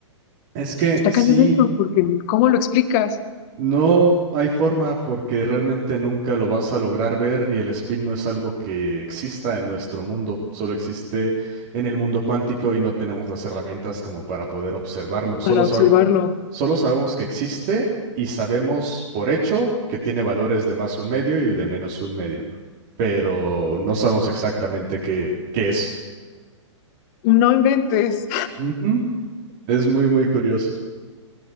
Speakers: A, on the right; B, on the left.
A: Es que
B: Está
A: sí,
B: cañón esto, porque ¿cómo lo explicas
A: No hay forma porque realmente nunca lo vas a lograr ver y el spin no es algo que exista en nuestro mundo, solo existe en el mundo cuántico y no tenemos las herramientas como para poder observarlo. Solo
B: para
A: sabe-
B: observarlo?
A: solo sabemos que existe y sabemos por hecho que tiene valores de más un medio y de menos un medio, pero no sabemos exactamente qué, qué es.
B: No inventes.
A: Ujú. Es muy, muy curioso,